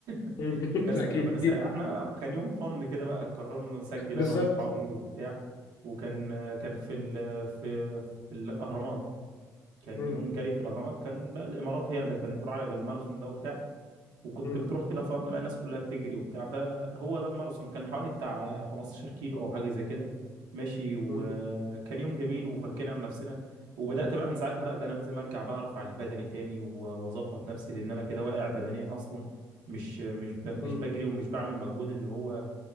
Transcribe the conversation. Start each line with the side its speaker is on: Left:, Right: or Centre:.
Right: <laughs>
Left: <laughs>
Right: ناس
Left: اكيد
Right: متمرسة احنا كان يوم فن كده بقى قررنا نسجل
Left: بالظبط
Right: انا واصحابي وبتاع وكان كان في ال في في الاهرامات كان
Left: مم.
Right: يوم جري في الاهرامات كان بقى الامارات هي اللي كانت راعية للماراثون ده وبتاع وكنت
Left: مم.
Right: بتروح كده فرن بقى الناس كلها بتجري وبتاع فهو ده الماراثون كان حوالي بتاع 15 كيلو او حاجه زي كده ماشي وكان
Left: مم.
Right: يوم جميل وفكينا عن نفسنا وبدات بقى من ساعتها لا ده انا لازم ارجع بقى ارفع البدني تاني و- واظبط نفسي لان انا كده واقع بدنيا اصلا مش مش ب- مش
Left: مم.
Right: بجري ومش بعمل مجهود اللي هو